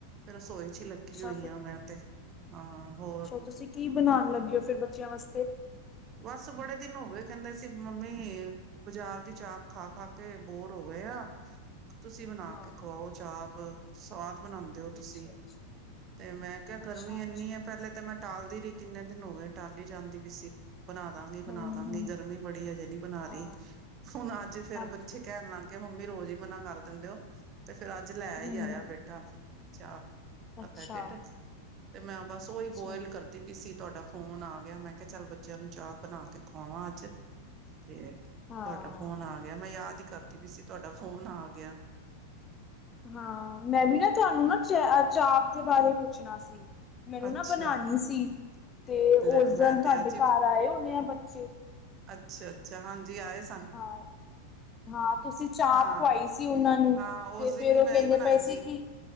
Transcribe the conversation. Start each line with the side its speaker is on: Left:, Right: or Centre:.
Right: ਤੇ ਰਸੋਈ ਚ ਹੀ ਲੱਗੇ
Left: ਅੱਛਾ
Right: ੀ ਹੋਈ
Left: ਫਿਰ
Right: ਹਾਂ ਮੈਂ ਤੇ ਹਾਂ ਹੋਰ
Left: ਅੱਛਾ ਤੁਸੀਂ ਕੀ ਬਣਾਉਣ ਲੱਗੇ ਹੋ ਫਿਰ ਬੱਚਿਆਂ ਵਾਸਤੇ
Right: ਬਸ ਬੜੇ ਦਿਨ ਹੋ ਗਏ ਕਹਿੰਦੇ ਸੀ ਮੰਮੀ ਬਾਜ਼ਾਰ ਦੀ ਚਾਪ ਖਾ ਖਾ ਕੇ ਬੋਰ ਹੋ ਗਏ ਆ ਤੁਸੀਂ ਬਣਾ
Left: ਹਾਂ
Right: ਕੇ ਖਵਾਓ ਚਾਪ ਸਵਾਦ ਬਣਾਉਂਦੇ ਦਿਓ
Left: ਅੱਛਾ
Right: ਤੁਸੀਂ
Left: ਅੱਛਾ
Right: ਤੇ ਮੈਂ ਕਿਹਾ
Left: ਅੱਛਾ
Right: ਗਰਮੀ ਇੰਨੀ
Left: ਅੱਛਾ
Right: ਹੈ ਪਹਿਲੇ ਤੇ ਮੈਂ ਟਾਲਦੀ ਰਹੀ ਕਿੰਨੇ ਦਿਨ ਹੋ ਗਏ ਟਾਲ ਹੀ ਜਾਂਦੀ ਪੀ ਸੀ ਬਣਾ ਦਾਂਗੀ ਬਣਾ
Left: ਹਮ
Right: ਦਾਂਗੀ
Left: ਹਮ
Right: ਗਰਮੀ ਬੜੀ ਹਜੇ ਨਹੀਂੀ ਬਣਾ
Left: ਹਾਂ
Right: ਰਹੀ ਹੁਣ ਅੱਜ ਫੇਰ
Left: ਹਾਂਜੀ
Right: ਬੱਚੇ ਕਹਿਣ ਲੱਗ ਗਏ ਕਿਹਾ ਮੰਮੀ ਰੋਜ਼ ਹੀ ਮਨਾ ਕਰ ਦਿੰਦੇ ਹੋ ਤੇ ਫੇਿਰ ਅੱਜ ਲੈ ਹੀ
Left: ਹਮ
Right: ਆਇਆ ਬੇਟਾ ਚਾਪ ਦਾ
Left: ਅੱਛਾ
Right: ਪੈਕੇਟ ਤੇ ਮੈਂ ਬਸ ਉਹੀ
Left: ਅੱਛਾ
Right: ਬੋਇਲ ਕਰਦੀ ਕਿਸਸੀ ਤੁਹਾਡਾ ਫੋਨ ਆ ਗਿਆ ਮੈਂ ਕਿਹਾ ਚੱਲ ਬੱਚਿਆਂ ਨੂੰ ਚਾਪ ਬਣਾ ਕੇ ਖਵਾਵਾਂ ਅੱਜ ਤੇ
Left: ਹਾਂ
Right: ਤੁਹਾਡਾ ਫੋਨ ਆ ਗਿਆ ਮੈਂ ਯਾਦ ਹੀ ਕਰਦੀ ਪੀ ਸੀ ਤੁਹਾਡਾ ਫੋਨ ਆ ਗਿਆ
Left: ਹਾਂ ਮੈਂ ਵੀ ਨਾ ਤੁਹਾਨੂੰ ਨਾ ਚ ਚਾਪ ਦੇ ਬਾਰੇ ਪੁੱਛਣਾ ਸੀ ਮੈਨੂੰ
Right: ਅੱਛਾ
Left: ਨਾ ਬਣਾਉਣੀ ਸੀ ਤੇ ਉਸ
Right: ਲੈ ਮੈਂ
Left: ਦਿਨ ਤੁਹਾਡੇ
Right: ਤੇ ਅੱਜ ਹੀ,
Left: ਘਰ ਆਏ ਹੋਨੇ ਆ ਬੱਚੇ
Right: ਅੱਛਾ ਅੱਛਾ ਹਾਂਜੀ ਆਏ ਸੀ
Left: ਹਾਂ ਹਾਂ ਤੁਸੀਂ ਚਾਪ
Right: ਹਾਂ।
Left: ਖਵਾਈ ਸੀ ਉਹਨਾਂ ਨੂੰ
Right: ਹਾਂ
Left: ਤੇ
Right: ਉਸ
Left: ਫੇਰ
Right: ਦਿਨ ਵੀ
Left: ਉਹ
Right: ਮੈਂ
Left: ਕਹਿੰਦੇ
Right: ਹੀ ਬਣਾਈ
Left: ਪਏ ਸੀ ਕੀ